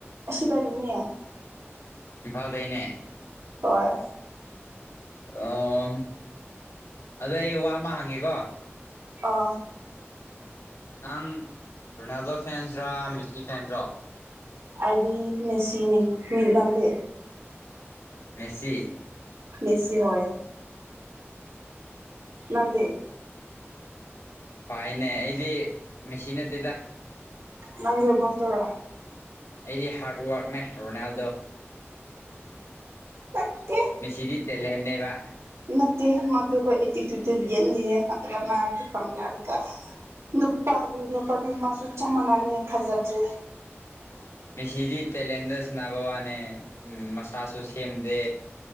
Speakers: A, on the right; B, on the left.
A: ꯑꯁꯤꯗꯒꯤꯅꯦ
B: ꯏꯝꯐꯥꯜꯗꯩꯅꯦ
A: ꯍꯣꯏ
B: ꯑꯣꯝ ꯑꯗꯣ ꯑꯩ ꯋꯥ ꯑꯃ ꯍꯪꯒꯦꯀꯣ
A: ꯑꯥ
B: ꯅꯪ ꯔꯣꯅꯥꯜꯗꯣ ꯐꯦꯟꯁ꯭ꯔꯥ ꯃꯦꯁꯤ ꯐꯦꯟꯁ꯭ꯔꯣ
A: ꯑꯩꯗꯤ ꯃꯦꯁꯤꯅꯤ ꯃꯤ ꯅꯪꯗꯤ
B: ꯃꯦꯁꯤ
A: ꯃꯦꯁꯤ ꯍꯣꯌꯦ ꯅꯥꯟꯗꯦ
B: ꯍꯣꯏꯅꯦ ꯑꯩꯗꯤ ꯃꯦꯁꯤ ꯅꯠꯇꯦꯗ
A: ꯅꯪꯗꯤ ꯔꯣꯅꯥꯜꯗꯣꯔꯥ
B: ꯑꯩꯗꯤ ꯍꯥꯔꯠ ꯋꯥꯔꯛꯅꯦ ꯔꯣꯅꯥꯜꯗꯣ
A: ꯅꯠꯇꯦ
B: ꯃꯦꯁꯤꯗꯤ ꯇꯦꯂꯦꯟꯅꯦꯕ
A: ꯅꯠꯇꯦ ꯃꯥꯗꯨꯀꯣ ꯑꯦꯇꯤꯇ꯭ꯌꯨꯠꯇꯗꯤ ꯌꯦꯟꯂꯤꯌꯦ ꯑꯗꯨꯒ ꯃꯥꯗꯤ ꯕꯝꯗ ꯑꯗꯨꯒ ꯅꯨꯄꯥꯗꯨ ꯅꯨꯄꯥꯗꯨꯅ ꯃꯥꯁꯨ ꯆꯝꯃꯥꯂꯥꯅꯦ ꯊꯥꯖꯗ꯭꯭ꯔꯦ
B: ꯃꯦꯁꯤꯗꯤ ꯇꯦꯂꯦꯟꯗ ꯁꯥꯟꯅꯕ ꯋꯥꯅꯦ ꯎꯝ ꯃꯁꯥꯁꯨ ꯁꯦꯝꯗꯦ